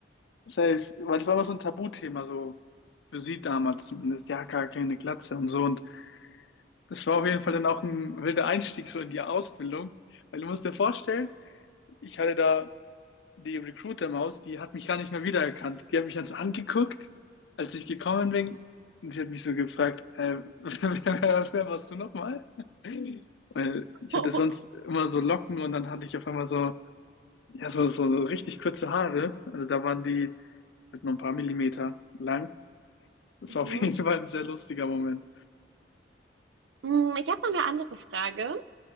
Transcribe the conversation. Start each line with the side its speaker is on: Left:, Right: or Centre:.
Left: safe, weil das war immer so ein Tabuthema, so für sie damals zumindest. Ja, gar keine Glatze und so. Und das war auf jeden Fall dann auch ein wilder Einstieg so in die Ausbildung. Weil du musst dir vorstellen, ich hatte da die Recruiter-Maus, die hat mich gar nicht mehr wiedererkannt. Die hat mich ganz angeguckt, als ich gekommen bin. Und sie hat mich so gefragt, äh, <laughs> wer, wer, wer warst du nochmal? Weil
Right: <laughs>
Left: ich hatte sonst immer so Locken und dann hatte ich auf einmal so, ja, so, so, so richtig kurze Haare. Also da waren die halt nur ein paar Millimeter lang. Das
Right: Mhm.
Left: war auf jeden Fall ein sehr lustiger Moment.
Right: Hm, Ich habe noch eine andere Frage.